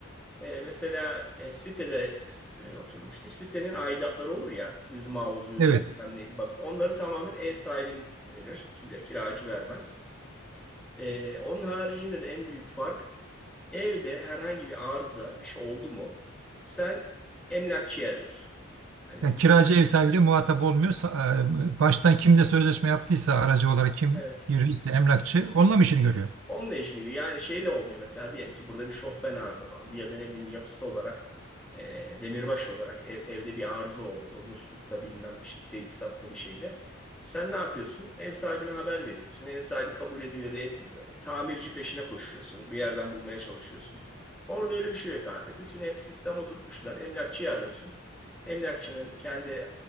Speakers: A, in the centre; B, on the right (about 70°).
A: e, mesela e, sitede e, oturmuştuk. Sitenin aidatları olur ya yüz mavuzuydu
B: Evet.
A: bilmem neydi bak onları tamamen ev sahibin verir. Ki- Kiracı vermez. Ee, onun haricinde de en büyük fark Evde herhangi bir arıza, bir şey oldu mu? Sen emlakçıyı arıyorsun. Hani
B: Yani
A: bizde
B: kiracı
A: mesela,
B: ev sahibiyle muhatap olmuyor. Sa- e, Baştan kimle sözleşme yaptıysa aracı olarak kim
A: evet.
B: girdiyse emlakçı onunla mı işini görüyor?
A: Onunla işini görüyor. Yani şey de olmuyor mesela diyelim ki burada bir şofben arızalandı ya da ne bileyim yapısı olarak e, demirbaş olarak ev- evde bir arıza oldu. Muslukta bilmem işte tesisatta bir şeyde. Sen ne yapıyorsun? Ev sahibine haber veriyorsun. Ev sahibi kabul ediyor ya da etmiyor. E, Tamirci peşine koşuyorsun. Bir yerden bulmaya çalışıyorsun. Orada öyle bir şey yok abi. Bütün ev, sistem oturtmuşlar. Emlakçıyı arıyorsun. Emlakçının kendi